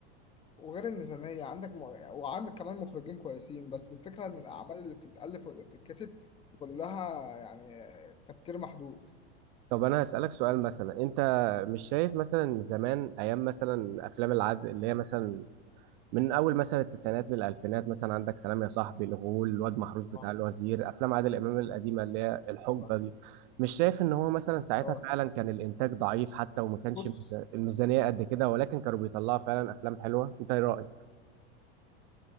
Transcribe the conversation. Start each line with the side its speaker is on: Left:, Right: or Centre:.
Left: وغير الميزانيه عندك م... وعندك كمان مخرجين كويسين بس الفكره ان الاعمال اللي بتتالف واللي بتتكتب كلها يعني تفكير محدود
Right: طب انا هسألك سؤال مثلا انت مش شايف مثلا زمان ايام مثلا افلام العدل اللي هي مثلا من اول مثلا التسعينات للالفينات مثلا عندك سلام يا صاحبي الغول الواد محروس بتاع
Left: اه
Right: الوزير افلام عادل امام القديمه اللي هي الحقبه
Left: ايوه
Right: دي مش شايف ان هو مثلا ساعتها
Left: اه
Right: فعلا كان الانتاج ضعيف حتى وما كانش
Left: بص
Right: ميزا- الميزانيه قد كده ولكن كانوا بيطلعوا فعلا افلام حلوه انت ايه رايك